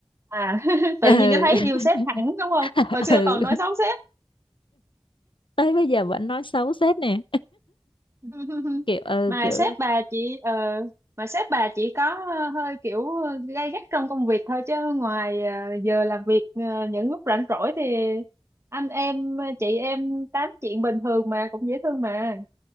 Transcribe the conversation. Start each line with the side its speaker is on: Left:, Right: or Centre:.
Right: à <laughs> tự
Left: ừ.
Right: nhiên cái thấy yêu sếp hẳn đúng không
Left: <laughs>
Right: hồi xưa
Left: ừ.
Right: toàn nói xấu sếp
Left: tới bây giờ vẫn nói xấu sếp nè
Right: <laughs>
Left: kiểu ừ,
Right: mà
Left: kiểu
Right: sếp bà chị ờ, mà sếp bà chị có ờ, hơi kiểu gay gắt trong công việc thôi chứ ngoài ờ, giờ làm việc ờ, những lúc rảnh rỗi thì anh em ờ, chị em tám chuyện bình thường mà cũng dễ thương mà